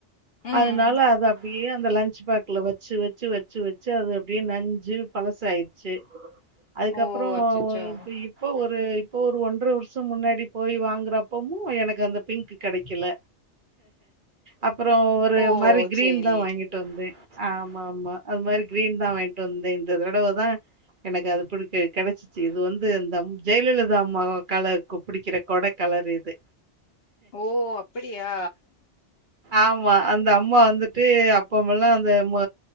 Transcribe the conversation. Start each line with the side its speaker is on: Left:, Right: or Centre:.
Left: ம்
Right: அதனால அது அப்டி ப்டியே அந்த லன்ச் பேக்ல வச்சு வச்சு வச்சு வச்சு அது அப்டியே நஞ்சு பழசாயிடுச்சு அதுக்கப்புறம்
Left: ஓ அச்சச்சோ
Right: ஒரு- இப்ப- இப்போ ஒரு இப்போ ஒரு ஒன்ற வருஷம் முன்னாடி போய் வாங்குறப்பமு எனக்கு அந்த பிங்க் கெடைக்கல அப்பறோ ஒரு
Left: ஓ
Right: மாரி கிரீன்தா
Left: சேரி
Right: வாங்கிட்டு வந்தே ஆமாமா அது மாரி கிரீன்தா வாங்கிட்டு வந்த இந்த தடவதா எனக்கு அது பிடிக்க கெடச்சி ச்சு இது வந்து இந்தம் ஜெயலலிதா அம்மா கால கு புடிக்கிற கொட கலர் இது
Left: ஓ அப்படியா
Right: ஆமா அந்த அம்மா வந்துட்டு அப்பமல்லா அந்த மொ